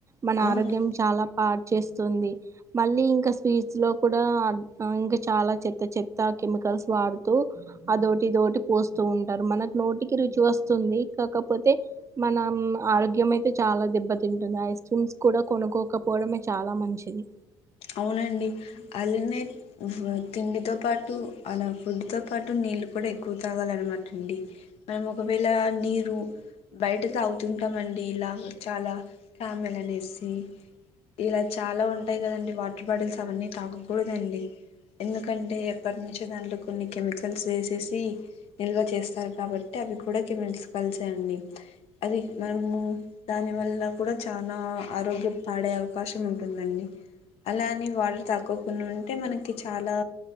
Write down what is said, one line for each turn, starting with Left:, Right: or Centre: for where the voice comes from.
Right: మన
Left: అవునండి
Right: ఆరోగ్యం చాలా పా చేస్తుంది మళ్లీ ఇంకా స్వీట్స్ లో కూడా ఇంకా చాలా చెత్త చెత్త కెమి కల్స్ వాడుతూ అదోటి ఇదోటి పోస్తూ ఉంటారు మనకు నోటికి రుచి వస్తుంది కాకపో తే మనం ఆరోగ్యం అయితే చాలా దెబ్బతిం టుంది ఐస్ క్రీమ్స్ కూడా కొనుక్కోకపోవడమే చాలా మంచిది
Left: అవునండి అలానే తిండితో పాటు అలా ఫుడ్ తో పాటు నీ నీళ్ళు కూడా ఎక్కువ తాగాలన్నమాట అండి మనం ఒకవేళ నీరు బయట తాగుతుంటాం అండి ఇలా చాలా క్యామెల్ అనేసి ఇలా చాలా ఉంటాయి కదండి వాటర్ బాటిల్స్ అవన్నీ తాగకూడదండి ఎందుకంటే ఎప్పటి నుంచో దాంట్లో కొన్ని కెమికల్స్ ఏసేసి నిల్వ చేస్తారు కాబట్టి అవి కూడా కెమికల్సే అండి అది మనము దాని వల్ల కూడా చాలా ఆరోగ్యం పాడయ్యే అవకాశం ఉంటుందండి అలా అని వాటర్ తాకొకుండా ఉంటే మనకి చాలా